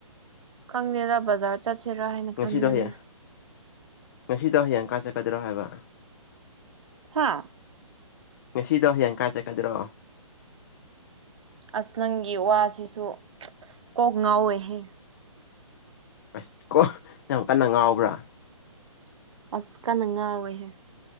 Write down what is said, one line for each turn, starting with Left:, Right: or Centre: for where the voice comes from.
Right: ꯈꯪꯗꯦꯗ ꯕꯖꯥꯔ ꯆꯠꯁꯤꯔꯥ ꯍꯥꯏꯅ
Left: ꯉꯁꯤꯗꯣ
Right: ꯈꯟꯕꯅꯤ
Left: ꯍꯌꯦꯡ ꯉꯁꯤꯗꯣ ꯍꯌꯦꯡ ꯀꯥꯏ ꯆꯠꯀꯗ꯭ꯔꯣ ꯍꯥꯏꯕ
Right: ꯍꯥꯥ
Left: ꯉꯁꯤꯗꯣ ꯍꯌꯦꯡ ꯀꯥꯏ ꯆꯠꯀꯗ꯭ꯔꯣ
Right: ꯑꯁ ꯅꯪꯒꯤ ꯋꯥꯁꯤꯁꯨ ꯀꯣꯛ ꯉꯥꯎꯋꯦꯍ‌ꯦ
Left: ꯑꯁ ꯀꯣ ꯌꯥꯝ ꯀꯟꯅ ꯉꯥꯎꯕ꯭ꯔꯥ
Right: ꯑꯁ ꯀꯟꯅ ꯉꯥꯎꯋ‌ꯦꯍꯦ